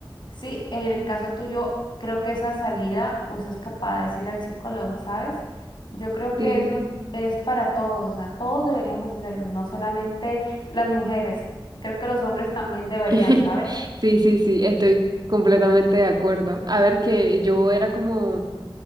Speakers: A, on the left; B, on the right.
A: Sí, en el caso tuyo, creo que esa salida o esa escapada es ir al psicólogo, ¿sabes? Yo creo que
B: Sí.
A: eso es para todos, o sea, todos deberíamos hacerlo, no solamente las mujeres, creo que los hombres también deberían,
B: <laughs>
A: ¿sabes?
B: Sí, sí, sí, estoy completamente de acuerdo. A ver que yo era como...